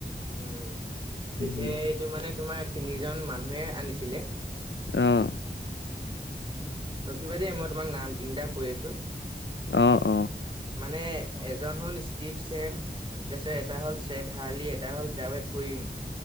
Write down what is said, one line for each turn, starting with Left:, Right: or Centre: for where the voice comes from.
Right: উম'
Left: সেই
Right: পিছে এইটো মানে তোমাৰ তিনিজন মানুহে আনিছিলে।
Left: অ'।
Right: ৰখিবা দেই মই তোমাক নাম তিনিটা কৈ আছো।
Left: অ', অ',।
Right: মানে এজন হ'ল ষ্টিভ চেন। তাৰপিছত এটা হ'ল চছেদ হাৰ্লি, এটা হল জাৱেদ কৰিম।